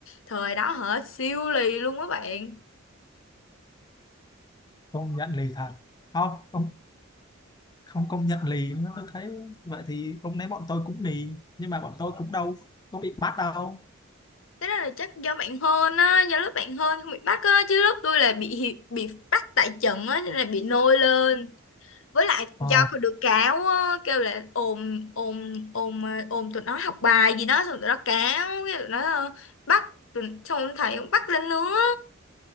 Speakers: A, on the left (about 70°); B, on the left (about 20°).
A: thời đó họ siêu lì luôn các bạn
B: Công nhận lì thật. Không, không, không công nhận lì nữa. Tôi thấy vậy thì hôm nay bọn tôi cũng lì. Nhưng mà bọn tôi cũng đâu có bị bắt đâu.
A: Thế đó là chắc do bạn hơn á, do lớp bạn hơn không bị bắt á, chứ lớp tôi là bị hi- bị bắt tại trận á, nên là bị nôi lên. Với lại
B: Ờ,
A: do có được cáo á, kêu là ồn ồn ồn ờ, ồn tụi nó học bài gì đó, xong tụi nó cáo, cái tụi nó ờ, bắt, tụi, xong ông thầy cũng bắt lên nữa.